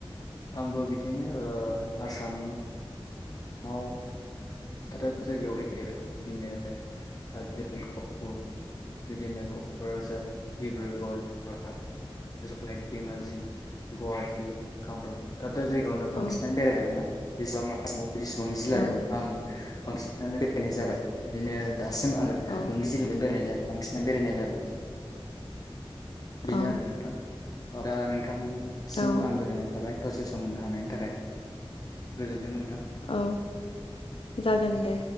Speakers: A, on the left; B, on the left.
A: आंबो बिदिनो ओ आसाम दाब दाब जायगायाव बेरायबाय बिदिनो ओ जोंनि गहपुर बिदिनो ककराझार डिब्रुगढ़ जरहात जनाई धेमाजि गुहाटि कामराप दाब दा जायगायावनो
B: औ
A: बांसिनानो बेराय खागोनना <unintelligible> ला दं <unintelligible>
B: औ
A: बांसिनानो बेरायनाय जाबाय बिदिनो दासिम आङो
B: औ
A: मोनबै जिल्लायावल बेरायनाय जायाखै बांसिनानो बेरायनाय जादों बिनो
B: औ
A: आरो नोंथां अ दा नों थांनिसिम
B: औ
A: आं गोजोननाय थाबाय दसे सम होनो हानायनि थाखाय गोजोन्थों नों
B: औ जागोन दे